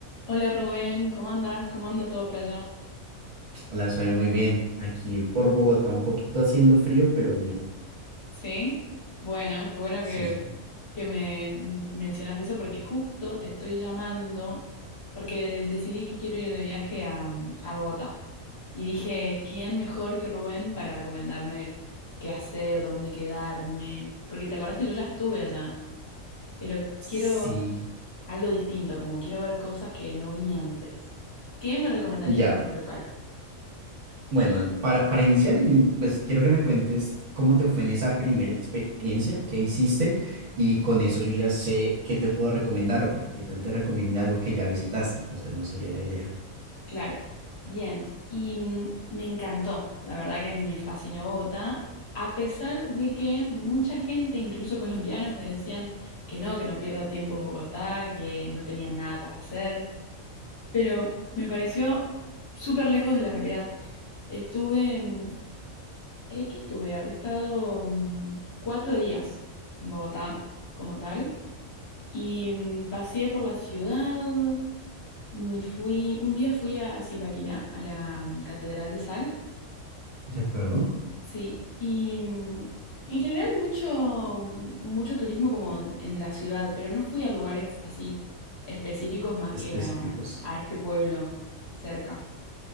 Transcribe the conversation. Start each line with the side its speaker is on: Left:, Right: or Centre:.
Left: Hola Rubén, ¿cómo andas? ¿Cómo anda todo por allá?
Right: Hola, soy muy bien. Aquí por Bogotá, un poquito haciendo frío, pero bien.
Left: ¿Sí? Bueno, qué bueno
Right: Sí,
Left: que, que me mm, mencionas eso porque justo te estoy llamando porque decidí que quiero ir de viaje a, mm, a Bogotá. Y dije, ¿quién mejor que Rubén para recomendarme qué hacer, dónde quedarme? Porque te acordás que yo ya estuve allá, pero
Right: sí,
Left: quiero algo distinto, como quiero ver cosas que no vi antes. ¿Qué me recomendarías
Right: ya.
Left: como local?
Right: Bueno, para, para iniciar, ini- pues quiero que me cuentes cómo te fue en esa primera experiencia, qué hiciste, y con eso yo ya sé qué te puedo recomendar, porque qué tal te recomiende algo que ya visitaste, entonces no sería la idea.
Left: Claro. Bien, y mm, me encantó, la verdad que me fascinó Bogotá, a pesar de que mucha gente, incluso <laughs> colombianos, me decían que no, que no pierda tiempo en Bogotá, que no tenía nada para hacer, pero me pareció súper lejos de la realidad. Estuve, mm, eh, ¿qué estuve? Habré estado mm, cuatro días en Bogotá como tal, y mm, paseé por la ciudad, Mm, Fui, un día fui a Zipaquirá, a la mm, Catedral de Sal,
Right: ¿De acuerdo?
Left: sí, y mm, en general mucho, mm, mucho turismo como en la ciudad, pero no fui a lugares así específicos más
Right: Específicos.
Left: que a, a este pueblo cerca.